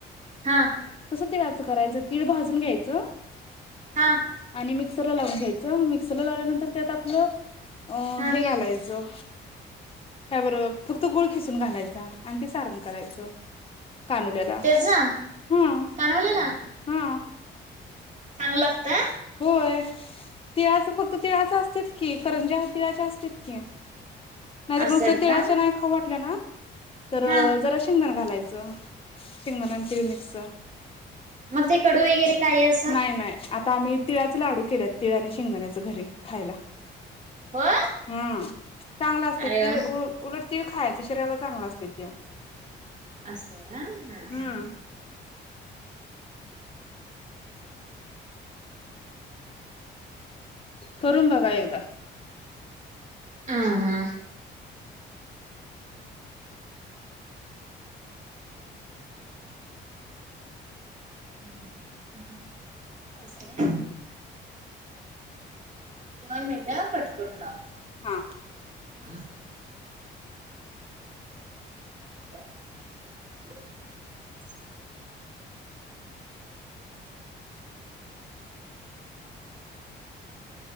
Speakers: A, on the right; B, on the left.
A: हा.
B: तसं तिळाचं करायचं. तीळ भाजून घ्यायचं
A: हा.
B: आणि मिक्सरला लावून घ्यायचं. मिक्सरला लावल्यानंतर त्यात आपलं
A: हा
B: हे घालायचं. काय बर फक्त गुळ खिसून घालायचं. आणि ते सारण करायचं कानोल्याला
A: तेच
B: हा.
A: कानवलेला
B: हा.
A: चांगलं लागतं.
B: होय तिळाचं फक्त तिळाचं असत्यात की, करंज्या तिळाच्या असत्यात की. नाहीतर
A: असत्यात
B: नुसतं तिळाचं
A: का?
B: नाही खाऊ वाटलं ना? तर
A: हा
B: जरा शेंगदाणा घालायचं. शेंगदाणा आणि तीळ मिक्स.
A: मग ते कडू वगैरे. काही असं
B: नाही नाही आता आम्ही तिळाचे लाडू केलेत तिळ आणि शेंगदाणेनच घरी खायला.
A: होय
B: हा चांगलं असतंय
A: अरे
B: तीळ,
A: वा
B: गुळ उलट तील खायचं शरीराला चांगलं असते ते.
A: असं आहे का? हा
B: हम्म
A: हा हा.
B: करून बघा एकदा.
A: हा हा. कितीला आहे साड्या? दोन मिनट कट करून लावतो.
B: हा.
A: ह <unintelligible> <inaudible>